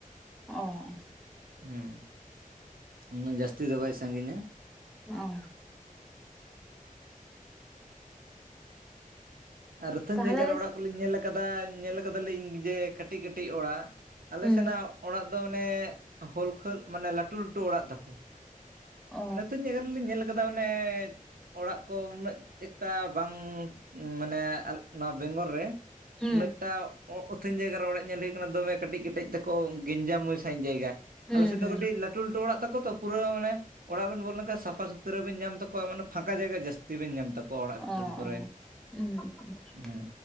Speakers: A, in the centre; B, on the right.
A: ᱚ ᱾
B: ᱦᱮᱸ ᱾ <inaudible> ᱩᱱᱟᱹᱜ ᱡᱟᱹᱥᱛᱤ ᱫᱚ ᱵᱟᱭ ᱥᱟᱺᱜᱤᱧᱟ ᱾
A: ᱚ ᱾
B: ᱟᱨ ᱟᱹᱛᱷᱟᱹᱱ
A: ᱛᱟᱦᱚᱞᱮ
B: ᱡᱟᱭᱜᱟ ᱨᱮ ᱚᱲᱟᱜ ᱠᱚᱞᱤᱧ ᱧᱮᱞ ᱟᱠᱟᱫᱟ ᱧᱮᱞ ᱠᱟᱫᱟᱞᱤᱧ ᱡᱮ ᱠᱟᱹᱴᱤᱡ ᱠᱟᱹᱴᱤᱡ ᱚᱲᱟᱜ ᱾ ᱟᱞᱮ
A: ᱦᱩᱸ
B: ᱥᱮᱱᱟᱜ ᱚᱲᱟᱜ ᱫᱚ ᱢᱟᱱᱮ ᱦᱳᱞ ᱠᱷᱟᱹᱞ ᱢᱟᱱᱮ ᱞᱟᱹᱴᱩ ᱞᱟᱹᱴᱩ ᱚᱲᱟᱜ ᱛᱟᱠᱚ ᱾
A: ᱚ
B: <inaudible> ᱱᱚᱛᱩᱱ ᱡᱟᱭᱜᱟ ᱨᱮᱞᱤᱧ ᱧᱮᱞ ᱟᱠᱟᱫᱟ ᱢᱟᱱᱮ ᱚᱲᱟᱜ ᱠᱚ ᱩᱱᱟᱹᱜ ᱮᱠᱴᱟ ᱵᱟᱝ ᱢᱟᱱᱮ ᱱᱚᱣᱟ ᱵᱮᱝᱜᱚᱞ ᱨᱮ
A: ᱦᱩᱸ
B: ᱩᱱᱟᱹᱜ ᱴᱟ ᱚ ᱟᱹᱛᱷᱟᱹᱱ ᱡᱟᱭᱜᱟ ᱨᱮ ᱚᱲᱟᱜ ᱧᱮᱞ ᱦᱩᱭᱩᱜ ᱠᱟᱱᱟ ᱫᱚᱢᱮ ᱠᱟᱹᱴᱤᱡ ᱠᱟᱹᱴᱤᱡ ᱛᱟᱠᱚ ᱜᱮᱧᱡᱟᱢ ᱥᱟᱺᱦᱤᱡ ᱡᱟᱭᱜᱟ ᱾
A: ᱦᱩᱸ
B: ᱟᱞᱮ ᱥᱮᱫ
A: ᱦᱩᱸ
B: ᱫᱚ ᱠᱟᱹᱴᱤᱡ ᱞᱟᱹᱴᱩ ᱞᱟᱹᱴᱩ ᱚᱲᱟᱜ ᱛᱟᱠᱚ ᱛᱚ ᱯᱩᱨᱟᱹᱣ ᱢᱟᱱᱮ ᱚᱲᱟᱜ ᱵᱮᱱ ᱵᱚᱞ ᱞᱮᱱᱠᱷᱟᱱ ᱥᱟᱯᱷᱟ ᱥᱩ ᱛᱨᱚ ᱵᱮᱱ ᱧᱟᱢ ᱛᱟᱠᱚᱣᱟ ᱢᱟᱱᱮ ᱯᱷᱟᱸᱠᱟ ᱡᱟᱭᱜᱟ ᱡᱟᱹᱥᱛᱤ ᱵᱮᱱ ᱧᱟᱢ ᱛᱟᱠᱚᱣᱟ ᱚᱲᱟᱜ
A: ᱚ
B: ᱵᱷᱤᱛᱤᱨ ᱠᱚᱨᱮ ᱾
A: <unintelligible>
B: ᱦᱮᱸ